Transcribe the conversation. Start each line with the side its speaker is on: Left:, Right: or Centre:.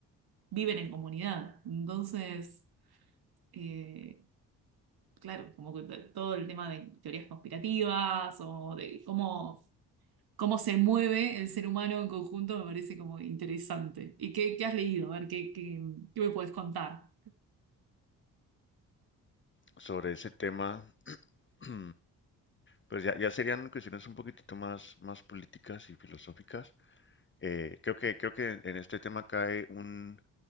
Right: viven en comunidad. Entonces, eh, claro, como que to- todo el tema de teorías conspirativas o de cómo cómo se mueve el ser humano en conjunto me parece como interesante. ¿Y qué, qué has leído? A ver, ¿qué, qué, qué me puedes contar?
Left: Sobre ese tema, <clears throat> pues ya, ya serían cuestiones un poquitito más, más políticas y filosóficas. Eh, creo que, creo que en, en este tema cae un,